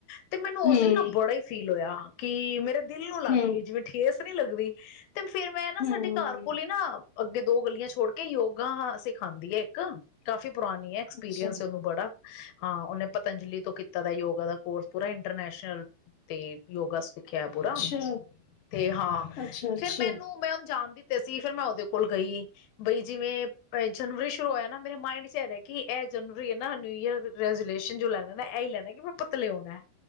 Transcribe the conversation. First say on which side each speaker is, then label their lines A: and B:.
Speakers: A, on the left (about 75°); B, on the left (about 55°).
A: ਤੇ ਮੈਨੂੰ
B: ਹੂੰ,
A: ਉਸ ਦਿਨ ਨਾ ਬੜਾ ਈ ਫੀਲ ਹੋਇਆ ਕਿ ਮੇਰੇ ਦਿਲ ਨੂੰ ਲੱਗ
B: ਹੂੰ,
A: ਵੀ ਜਿਵੇ ਠੇਸ ਨੀ ਲੱਗਦੀ ਤੇ ਫਿਰ ਮੈਂ ਨਾ
B: ਹੂੰ,
A: ਸਾਡੇ ਘਰ ਕੋਲ ਈ ਨਾ ਅੱਗੇ ਦੋ ਗਲੀਆ ਛੋੜ ਯੋਗਾ ਹਾ ਸਿਖਾਉਂਦੀ ਐ ਇੱਕ ਕਾਫ਼ੀ ਪੁਰਾਣੀ ਐ ਐਕਸਪੀਰੀਅੰਸ
B: ਅੱਛਾ।
A: ਐ ਓਹਨੁ ਬੜਾ। ਹਾਂ ਉਹਨੇ ਪਤੰਜਲੀ ਤੋਂ ਕੀਤਾ ਦਾ ਯੋਗਾ ਦਾ ਕੋਰਸ ਪੂਰਾ ਇੰਟਰਨੈਸ਼ਨਲ ਤੇ ਯੋਗਾ ਸਿਖ ਖੇਆ ਪੂਰਾ
B: ਅੱਛਾ,
A: ਤੇ ਹਾਂ
B: ਅੱਛਾ, ਅੱਛਾ।
A: ਫਿਰ ਮੈਨੂੰ ਮੈਂ ਓਹਨੁ ਜਾਣਦੀ ਤੇ ਸੀ ਫੇਰ ਮੈਂ ਉਹਦੇ ਕੋਲ ਗਈ ਬਈ ਜਿਵੇ ਜਨਵਰੀ ਸ਼ੁਰੂ ਹੋਇਆ ਨਾ ਮੇਰੇ ਮਾਇੰਡ ਚ ਐ ਰਿਹਾ ਕਿ ਇਹ ਜਨਵਰੀ ਹੈ ਮੈਂ ਨਿਊ ਈਅਰ ਰੈਜੂਲੇ ਜੋ ਲੈਣਾ ਨਾ ਏਯੀ ਲੈਣਾ ਕਿ ਮੈਂ ਪਤਲੇ ਹੋਣੈ